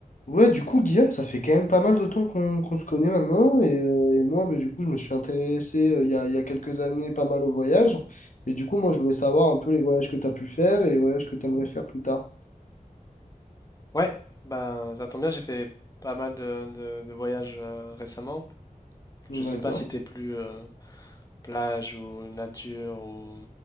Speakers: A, on the left (about 60°); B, on the left (about 25°).
A: Ouais, du coup, Guillaume, ça fait quand même pas mal de temps qu'on qu'on se connaît maintenant. Et, euh, et moi, bah, du coup, je me suis intéressé euh, il y a, il y a quelques années pas mal au voyage. Et du coup, moi, je voulais savoir un peu les voyages que tu as pu faire et les voyages que tu aimerais faire plus tard.
B: Ouais, bah ça tombe bien, j'ai fait pas mal de, de- de voyages euh, récemment. Je sais
A: D'accord.
B: pas si t'es plus euh, plage ou nature ou